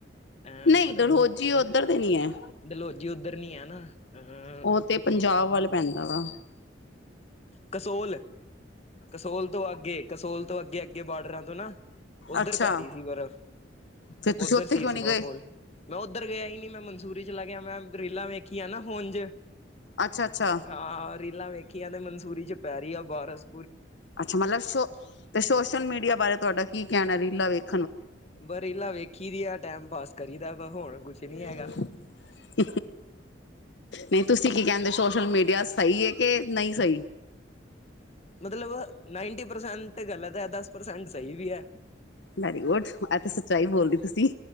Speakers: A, on the left; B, on the left.
A: ਹਂ
B: ਨਹੀਂ
A: ਪਤਾ
B: ਡਲਹੋਜੀ
A: ਨੀ
B: ਉੱਧਰ ਤੇ ਨੀ ਹੈ
A: ਡਲੋਜੀ ਉੱਧਰ ਨੀ ਆ ਨਾ। ਅਹ
B: ਉਹ ਤੇ ਪੰਜਾਬ ਵੱਲ ਪੈਂਦਾ ਵਾ।
A: ਕਸੋਲ ਕਸੋਲ ਤੋਂ ਅੱਗੇ ਕਸੋਲ ਤੋਂ ਅੱਗੇ ਅੱਗੇ ਬਾਰਡਰਾਂ ਤੋਂ ਨਾ ਉੱਧਰ
B: ਅੱਛਾ
A: ਪੈ ਰਹੀ ਸੀ ਬਰਫ।
B: ਫੇਰ ਤੁਸੀਂ
A: ਉੱਧਰ
B: ਉੱਥੇ
A: ਸੀ
B: ਕਿਉਂ
A: ਸਨੋਫਾਲ
B: ਨਹੀਂ ਗਏ
A: ਮੈਂ ਉੱਧਰ ਗਿਆ ਹੀ ਨੀ ਮੈਂ ਮਨਸੂਰੀ ਚਲਾ ਗਿਆ ਮੈਂ ਰੀਲਾਂ ਵੇਖੀਆਂ ਨਾ ਹੋਨ ਚ
B: ਅੱਛਾ ਅੱਛਾ
A: ਹਾਂ ਰੀਲਾਂ ਵੇਖੀਆਂ ਤੇ ਮਨ ਸੂਰੀ ਚ ਪੈ ਰਹੀ ਆ ਬਾਰਸ਼।
B: ਅੱਛਾ ਮਤਲਬ ਸੋ ਤੇ ਸੋਸ਼ਲ ਮੀਡੀਆ ਬਾਰੇ ਤੁਹਾਡਾ ਕੀ ਕਹਿਣਾ ਹੈ ਰੀਲਾ ਵੇਖ
A: ਬ ਰੀਲਾਾਂ ਵੇਖੀ ਦੀ ਆ ਟੈਮ ਪਾਸ ਕਰੀ ਦਾ ਵਾ ਹੁਣ ਕੁਛ ਨੀ
B: <inaudible>
A: ਹੈਗਾ।
B: ਨਹੀਂ ਤੁਸੀਂ ਕੀ ਕਹਿੰਦੇ ਸੋਸ਼ਲ ਮੀਡੀਆ ਸਹੀ ਹੈ ਕਿ ਨਹੀਂ ਸਹੀ?
A: ਮਤਲਬ ਨਾਈਨਟੀ ਪ੍ਰਸੈਂਟ ਗਲਤ ਹੈ ਦਸ ਪ੍ਰਸੈਂਟ ਸਹੀ ਵੀ ਹੈ।
B: ਵੈਰੀ ਗੁੱਡ ਐ ਤੇ ਸੱਚਾਈ ਬੋਲਦੀ ਤੁਸੀਂ।